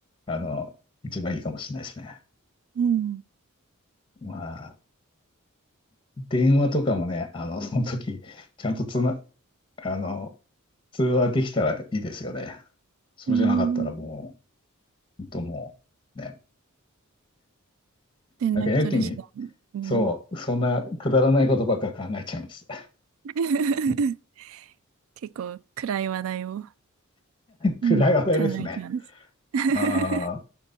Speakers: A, on the left; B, on the right.
A: あの、一番いいかもしれないですね。
B: うん。
A: ま電話とかもね、あの、<laughs> その時、ちゃんとつな、あの、通話できたらいいですよね。そうじゃなかったらも
B: うん。
A: う、ほんともう、ね。
B: 連絡取る手段。
A: なんかやけに、
B: うん。
A: そう、そんなくだらないことばっか考えちゃいます。
B: <laughs>
A: <laughs>
B: 結構暗い話題を
A: 暗い話題ですね。
B: うん考えてたんです。<laughs>
A: ああ、